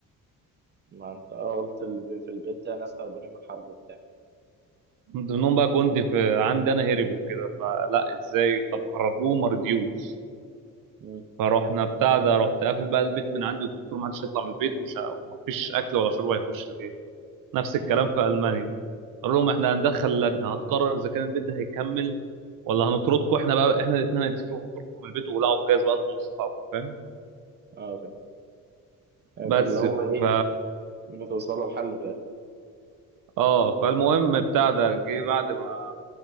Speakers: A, on the right; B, on the right.
A: ما انت اه قلت اللي بي- في البيت ده ناس هربانين من الحرب وبتاع
B: من ضمنهم بقى جندي في عندي انا هرب وكده فلا ازاي طب خرجوه ما رضيوش
A: مم.
B: فروحنا بتاع ده رحت قافل بقى البيت من عندي وقلت له ما حدش يطلع من البيت ومش ه- ومفيش اكل ولا شرب هيخش البيت نفس الكلام في المانيا قال لهم احنا هندخل لجنه هتقرر اذا كان البيت ده هيكمل ولا هنطردكم احنا بقى احنا الاثنين هنتفق ونطردكم من البيت ولعوا بجاز بقى انتوا وصحابكم فاهم
A: اه فاهم يبقى
B: بس
A: اللي هو ايه
B: ف
A: بتوصلوا لحل في الاخر
B: اه فالمهم بتاع ده جه بعد ما